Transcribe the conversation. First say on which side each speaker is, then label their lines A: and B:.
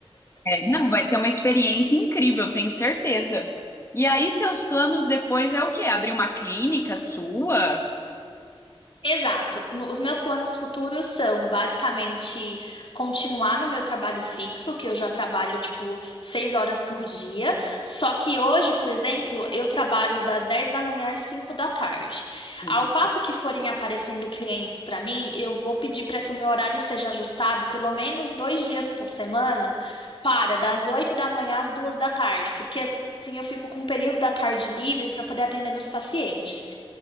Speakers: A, on the left; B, on the left.
A: É, não, vai ser uma experiência incrível, tenho certeza. E aí, seus planos depois é o quê? Abrir uma clínica sua?
B: Exato. No- os meus planos futuros são basicamente continuar no meu trabalho fixo, que eu já trabalho tipo seis horas por dia. Só que hoje, por exemplo, eu trabalho das 10 da manhã às 5 da tarde.
A: Uhum.
B: Ao passo que forem aparecendo clientes para mim, eu vou pedir para que o meu horário seja ajustado pelo menos dois dias por semana, para, das 8 da manhã às duas da tarde, porque assim eu fico com um período da tarde livre para poder atender meus pacientes.